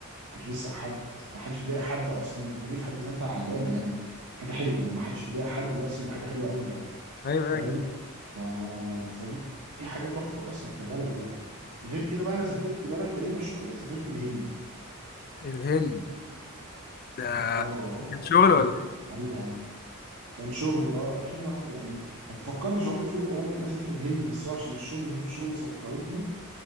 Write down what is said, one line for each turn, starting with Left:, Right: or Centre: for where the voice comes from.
Right: حدش بيسرق حد ما حدش بيضايق حد اصلا فدي في حد ذاتها علامه يعني حاجه حلوه ان ما حدش بيضايق حد دي اصلا دي حاجه حلوه قوي يعني
Left: ايوه
Right: فاهم
Left: أيوة،
Right: ف... فدي دي حاجه تحفه اصلا كبلد يعني غير كده بقى انا سافرت بلد غريبه شويه سافرت الهند
Left: الهند ده
Right: اه آه،
Left: كان شغل
Right: بلد
Left: ولا
Right: غريبه قوي كان شغل اه اكيد الواحد يعني ما فكرتش عمري في يوم من الايام ان انا اسافر الهند بس هو عشان الشغل ظروف شغلي سفرتني